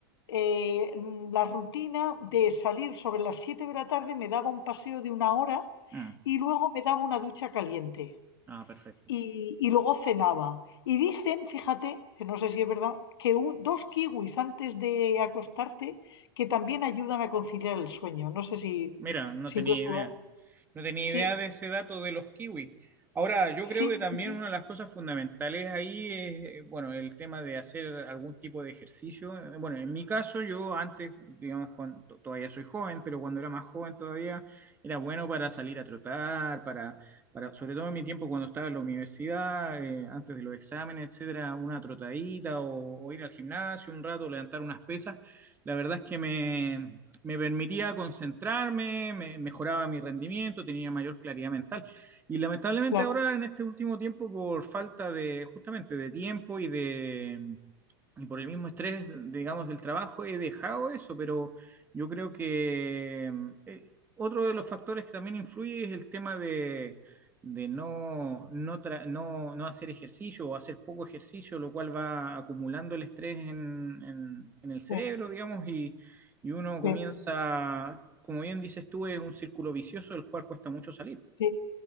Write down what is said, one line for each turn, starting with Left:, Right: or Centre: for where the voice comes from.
Left: eh, la rutina de salir sobre las 7 de la tarde, me daba un paseo de una hora
Right: Mm,
Left: y luego me daba una ducha caliente.
Right: Ah, perfecto.
Left: Y, y luego cenaba. Y dicen, fíjate, que no sé si es verdad, que un- dos kiwis antes de acostarte que también ayudan a conciliar el sueño. No sé si,
Right: Mira, no
Left: si
Right: tenía
Left: tú has
Right: idea.
Left: jugado.
Right: No tenía
Left: Sí,
Right: idea de ese dato de los kiwis. Ahora, yo
Left: sí,
Right: creo que
Left: sí,
Right: también
Left: sí, sí,
Right: una de las cosas fundamentales ahí es, eh, bueno, el tema de hacer algún tipo de ejercicio. Eh, Bueno, en mi caso, yo antes, digamos, cuando- todavía soy joven, pero cuando era más joven todavía, era bueno para salir a trotar, para, para sobre todo en mi tiempo cuando estaba en la universidad, eh, antes de los exámenes, etcétera, una trotadita o, o ir al gimnasio un rato, levantar unas pesas. La verdad es que me, me permitía concentrarme, me mejoraba mi rendimiento, tenía mayor claridad mental. Y lamentablemente
Left: claro,
Right: ahora en este último tiempo, por falta de justamente de tiempo y de, y por el mismo estrés, digamos, del trabajo he dejado eso, pero yo creo que mm, eh, otro de los factores que también influye es el tema de, de no, no, tra- no, no hacer ejercicio o hacer poco ejercicio, lo cual va acumulando el estrés en, en- en el cerebro,
Left: sí,
Right: digamos, y, y uno comienza,
Left: sí,
Right: como bien dices tú, es un círculo vicioso del cual cuesta mucho salir.
Left: sí.